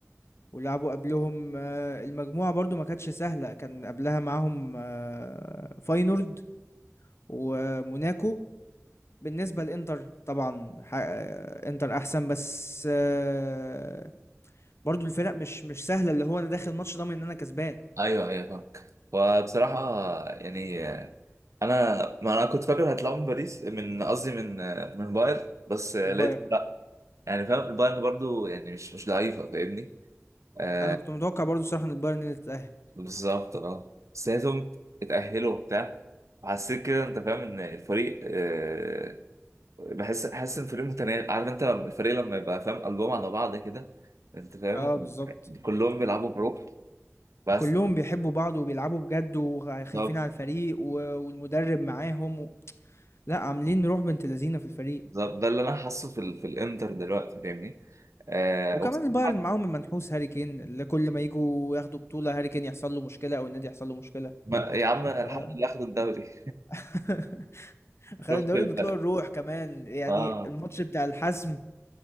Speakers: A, on the left; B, on the right.
A: ولعبوا قبلهم آه، المجموعة برضو ما كانتش سهلة كان قبلها معاهم آه، فاينورد وموناكو بالنسبة للإنتر طبعا ح- إنتر أحسن بس آه، برضو الفرق مش مش سهلة اللي هو أنا داخل الماتش ضامن إن أنا كسبان
B: ايوه ايوه فاهمك وبصراحة يعني آه، انا ما انا كنت فاكر هيطلعوا من باريس من قصدي من آه، من بايرن بس آه،
A: من
B: لقيت
A: بايرن
B: لا يعني فاهم البايرن برضو يعني مش مش ضعيفة فاهمني آه
A: أنا كنت متوقع برضو الصراحة إن البايرن اللي تتأهل
B: بالظبط اه بس لقيتهم اتأهلوا وبتاع حسيت كده انت فاهم ان الفريق آه، بحس حاسس ان الفريق متناغم عارف انت لما الفريق لما يبقى فاهم قلبهم على بعض كده انت فاهم
A: اه بالظبط
B: كلهم بيلعبوا بروح بس
A: كلهم بيحبوا بعض وبيلعبوا بجد وخايفين
B: بالظبط
A: على الفريق و- والمدرب معاهم و... لا عاملين روح بنت لذينه في الفريق
B: بالظبط. ده اللي انا حاسه في ال... في الانتر دلوقتي فاهمني آه
A: وكمان
B: وبصراحة
A: البايرن معاهم المنحوس هاري كين اللي كل ما يجوا ياخدوا بطولة هاري كين يحصل له مشكلة أو النادي يحصل له مشكلة
B: ما... يا عم الحمد
A: آه.
B: لله اخدوا الدوري
A: <laughs> خد
B: <laughs> شفت
A: الدوري
B: ال...
A: بطلوع الروح كمان يعني
B: اه
A: الماتش بتاع الحسم